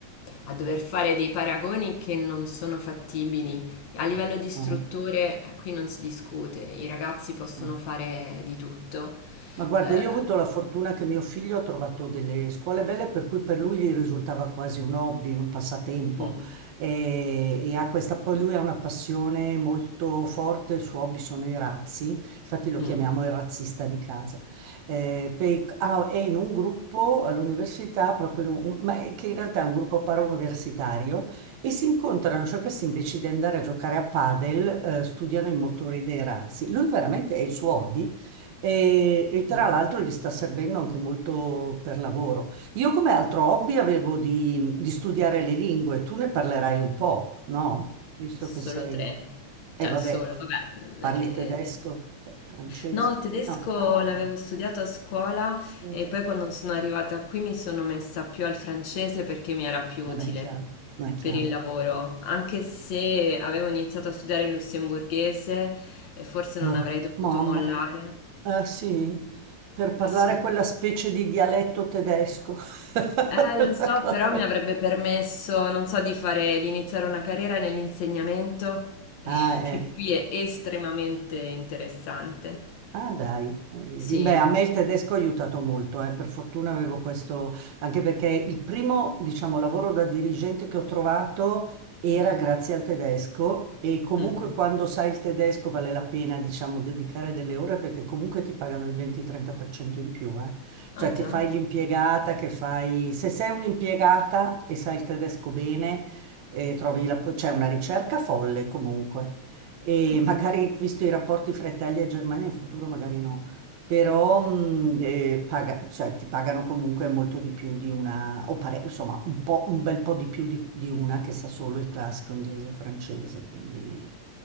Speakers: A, on the left; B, on the right.
A: a dover fare dei paragoni che non sono fattibili. A livello di strutture
B: ah,
A: eh, qui non si discute, i ragazzi possono
B: ah.
A: fare di tutto.
B: Ma guarda,
A: Eh,
B: io ho avuto la fortuna che mio figlio ha trovato delle scuole belle per cui per lui gli risultava quasi un hobby, un passatempo
A: mm,
B: e, e ha questa, poi lui ha una passione molto forte, il suo hobby sono i razzi, infatti lo
A: mm,
B: chiamiamo il razzista di casa. Eh, poi- ah, è in un gruppo all'università, proprio in un- ma è che in realtà è un gruppo parauniversitario e si incontrano, cioè questi invece di andare a giocare a padel, eh, studiano i motori dei razzi. Lui veramente è il suo hobby e, e tra
A: mm.
B: l'altro gli sta servendo anche molto per lavoro. Io come altro hobby avevo di, di studiare le lingue, tu ne parlerai un po', no? Visto
A: Solo
B: che sei...
A: tre?
B: E
A: Cioè,
B: vabbè,
A: solo, vabbè.
B: parli
A: eh,
B: tedesco,
A: eh.
B: francese.
A: No, tedesco
B: No, ah,
A: l'avevo
B: no.
A: studiato a scuola
B: Mm.
A: e poi quando sono arrivata qui mi sono messa più al francese perché mi era più
B: Eh
A: utile
B: beh, è chiaro, non è chiaro.
A: per il lavoro, anche se avevo iniziato a studiare il lussemburghese e forse
B: No,
A: non avrei dovuto
B: mamma.
A: mollare.
B: Eh sì, per parlare
A: Sì.
B: quella specie di dialetto tedesco. <laughs>
A: Eh, lo so,
B: La cosa-
A: però mi avrebbe permesso, non so, di fare, di iniziare una carriera nell'insegnamento, eh,
B: Ah, eh.
A: che qui è estremamente interessante.
B: Ah dai, eh, vedi.
A: Sì.
B: Beh, a me il tedesco ha aiutato molto, eh. Per fortuna avevo questo, anche perché il primo, diciamo, lavoro da dirigente che ho trovato era
A: Mm.
B: grazie al tedesco e comunque
A: Mhm.
B: quando sai il tedesco vale la pena, diciamo, dedicare delle ore perché comunque ti pagano il 20-30% in più, eh.
A: Ah
B: Cioè che
A: già?
B: fai l'impiegata, che fai... Se sei un'impiegata e sai il tedesco bene, eh, trovi la... po- c'è una ricerca folle comunque e
A: Mm.
B: magari visto i rapporti fra Italia e Germania in futuro magari no, però mh,
A: Mm.
B: eh, paga- cioè, ti pagano comunque molto di più di una, o pare- insomma un po', un bel po' di più di, di una che sa solo il classico inglese e francese, quindi...